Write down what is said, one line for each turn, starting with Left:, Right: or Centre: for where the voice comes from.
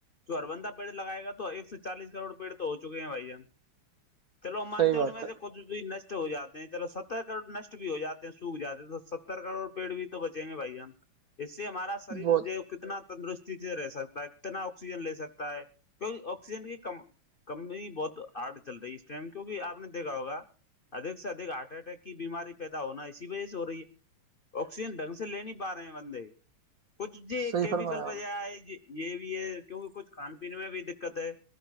Left: جو اربند پڑ لگائے گا ایک سے چالس کروڑ پیڑ تو ہو چکے ہیں بھائی جان چلو وہ مانتے
Right: صحیح
Left: ہیں
Right: بات
Left: ان میں
Right: ہے
Left: سے بھی نشٹ ہو جاتے ہیں چلو ستر کروڑ نشٹ بھی ہو جاتے ہیں سوکھ جاتے ہیں تو ستر کروڑ پیڑ بھی بچیں گے بھائی ہم اس سے ہمارا شریر
Right: بہت
Left: جو کتنا تندرستی سے رہ سکتا ہے کتنا آکسیجن لے سکتا ہے کی آکسیجن کی کم کم بھی بہت آرڈ چلتا ہے اس ٹائم کیونکہ آپ نے دیکھا ہوگا ادک سے اھک ہارٹ اٹیک کی بیماری پیدا ہونا اسی وجہ سے ہو رہی ہے آکسیجن ڈھنگ سے لے نہیں پا رہے ہیں بندے کچھ جی
Right: صحیح
Left: کیمیکل
Right: فرمایا
Left: بج ہے یہ بھی ہے کیونکہ کچھ کھان پینے میں بھی دقت ہے